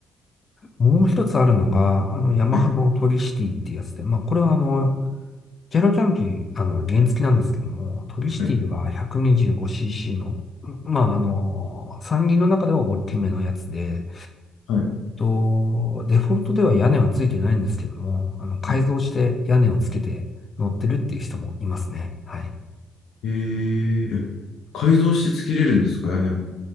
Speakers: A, on the left; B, on the left.
A: もう一つあるのが、あの、ヤマハのトリシティっていうやつで、
B: はい、
A: まあ、これはあの、ジェラキャンピー、あの、原付なんですけども、トリシティが
B: はい、
A: 125cc の、まあ、あの、山林の中では大きめのやつで、
B: はい、
A: と、デフォルトでは屋根はついてないんですけども、あの、改造して屋根をつけて乗ってるっていう人もいますね。
B: はい。
A: はい。
B: えー、え改造してつけれるんですか、屋根を。<laughs>